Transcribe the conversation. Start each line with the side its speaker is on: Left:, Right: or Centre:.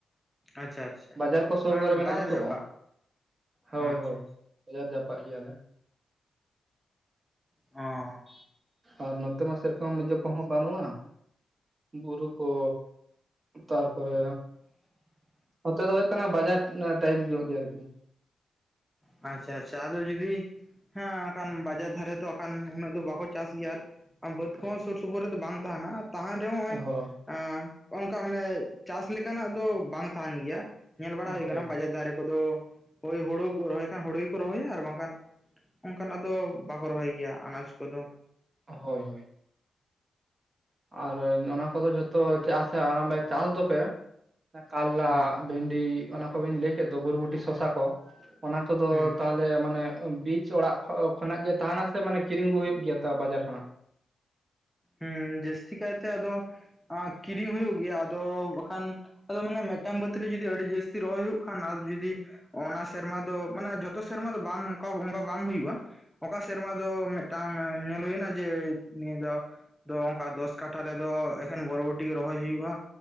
Centre: ᱟᱪᱪᱷᱟ ᱟᱪᱪᱷᱟ
Right: ᱵᱟᱡᱟᱨ ᱠᱚ ᱥᱩᱨ
Centre: ᱦᱮᱸ
Right: ᱠᱚᱨᱮ ᱢᱮᱱᱟᱜ
Centre: ᱵᱟᱡᱟᱨ
Right: ᱟᱛᱚ
Centre: ᱡᱟᱯᱟᱜ
Right: ᱦᱳᱭ
Centre: ᱟᱪᱪᱷᱟ
Right: ᱦᱳᱭ ᱵᱟᱡᱟᱨ ᱡᱟᱯᱟᱜ ᱜᱮᱭᱟ ᱞᱮ
Centre: ᱟᱪᱪᱷᱟ ᱚ
Right: ᱟᱨ ᱱᱚᱛᱮ ᱢᱟ ᱥᱮᱨᱚᱠᱚᱢ ᱚᱡᱚᱜ ᱠᱚᱦᱚᱸ ᱵᱟᱹᱱᱩᱜᱼᱟ ᱵᱩᱨᱩ ᱠᱚ ᱛᱟᱨᱯᱚᱨᱮ ᱱᱚᱛᱮ ᱫᱚ ᱦᱩᱭᱩᱜ ᱠᱟᱱᱟ ᱵᱟᱡᱟᱨ ᱴᱟᱭᱤᱢ ᱧᱚᱜ ᱜᱮ ᱟᱨᱠᱤ
Centre: ᱟᱪᱷᱟ ᱟᱪᱷᱟ ᱟᱫᱚ ᱡᱩᱫᱤ ᱦᱮᱸᱟᱱ ᱠᱷᱟᱱ ᱵᱟᱡᱟᱨ ᱫᱷᱟᱨᱮ ᱛᱚᱟᱱ ᱩᱱᱟᱹᱜ ᱫᱚ ᱵᱟᱠᱚ ᱪᱟᱥ ᱜᱮᱭᱟ ᱟᱨ ᱟᱨ ᱵᱟᱹᱫᱽ
Right: ᱦᱮᱸ
Centre: ᱠᱚᱦᱚᱸ ᱥᱩᱨ ᱥᱩᱯᱩᱨ ᱨᱮᱫᱚ ᱵᱟᱝ ᱛᱟᱦᱮᱱᱟ ᱛᱟᱦᱮᱱ ᱨᱮᱦᱚᱸ ᱱᱚᱜᱚᱭ
Right: ᱦᱳᱭ
Centre: ᱚᱱᱠᱟ ᱢᱟᱱᱮ ᱪᱟᱥ ᱞᱮᱠᱟᱱᱟᱜ ᱫᱚ ᱵᱟᱝ ᱛᱟᱦᱮᱱ ᱜᱮᱭᱟ ᱧᱮᱞ ᱵᱟᱲᱟ ᱦᱩᱭ
Right: ᱦᱳᱭ
Centre: ᱟᱠᱟᱱᱟ ᱵᱟᱡᱟᱨ ᱫᱷᱟᱨᱮ ᱠᱚᱫᱚ ᱦᱳᱭ ᱦᱩᱲᱩ ᱨᱚᱦᱚᱭ ᱠᱷᱟᱱ ᱦᱩᱲᱩ ᱜᱮᱠᱚ ᱨᱚᱦᱚᱭᱟ ᱟᱨ ᱵᱟᱝᱠᱷᱟᱱ ᱚᱱᱠᱟᱱᱟᱜ ᱫᱚ ᱵᱟᱠᱚ ᱨᱚᱦᱚᱭ ᱜᱮᱭᱟ ᱟᱱᱟᱡᱽ ᱠᱚᱫᱚ
Right: ᱦᱳᱭ ᱦᱳᱭ ᱟᱨ ᱚᱱᱟ ᱠᱚᱫᱚ ᱡᱷᱚᱛᱚ ᱪᱮᱫᱟᱜ ᱥᱮ ᱚᱱᱟ ᱪᱟᱥ ᱫᱚᱯᱮ ᱠᱟᱨᱞᱟ
Centre: ᱦᱮᱸ
Right: ᱵᱷᱮᱱᱰᱤ ᱚᱱᱟ ᱠᱚᱵᱤᱱ ᱞᱟᱹᱭ ᱠᱮᱫ ᱫᱚ ᱵᱩᱨᱩᱵᱩᱴᱤ ᱥᱚᱥᱟ ᱠᱚ ᱚᱱᱟ ᱠᱚᱫᱚ
Centre: ᱦᱮᱸ
Right: ᱛᱟᱦᱚᱞᱮ ᱢᱟᱱᱮ ᱵᱤᱪ ᱪᱚᱲᱟᱜ ᱠᱷᱚᱱᱟᱜ ᱜᱮ ᱛᱟᱦᱮᱱᱟ ᱥᱮ ᱢᱟᱱᱮ ᱠᱤᱨᱤ ᱟᱹᱜᱩ ᱦᱩᱭᱩᱜ ᱜᱮᱭᱟ ᱛᱚ ᱵᱟᱡᱟᱨ ᱠᱷᱚᱱᱟᱜ
Centre: ᱦᱮᱸ ᱡᱟᱹᱥᱛᱤ ᱠᱟᱭᱛᱮ ᱟᱫᱚ ᱠᱤᱨᱤᱧ ᱦᱩᱭᱩᱜ ᱜᱮᱭᱟ ᱟᱫᱚ ᱵᱟᱠᱷᱟᱱ ᱟᱫᱚ ᱢᱟᱱᱮ ᱢᱤᱫᱴᱟᱝ ᱵᱟᱹᱛ ᱨᱮ ᱡᱩᱫᱤ ᱟᱹᱰᱤ ᱡᱟᱹᱥᱛᱤ ᱨᱚᱦᱚᱭ ᱦᱩᱭᱩᱜ ᱠᱷᱟᱱ ᱟᱨ ᱡᱩᱫᱤ ᱚᱱᱟ ᱥᱮᱨᱢᱟ ᱫᱚ ᱢᱟᱱᱮ ᱡᱚᱛᱚ ᱥᱮᱨᱢᱟ ᱫᱚ ᱵᱟᱝ ᱚᱱᱠᱟ ᱚᱸᱠᱟ ᱵᱟᱝ ᱦᱩᱭᱩᱜᱼᱟ ᱚᱠᱟ ᱥᱮᱨᱢᱟ ᱫᱚ ᱢᱤᱫᱴᱟᱝ ᱧᱮᱞ ᱦᱩᱭᱱᱟ ᱡᱮ ᱱᱤᱭᱟᱹ ᱫᱚ ᱫᱚ ᱚᱱᱠᱟ ᱫᱚᱥ ᱠᱟᱴᱷᱟ ᱨᱮᱫᱚ ᱮᱠᱷᱮᱱ ᱵᱚᱨᱚᱵᱚᱴ ᱜᱮ ᱨᱚᱦᱚᱭ ᱦᱩᱭᱩᱜᱼᱟ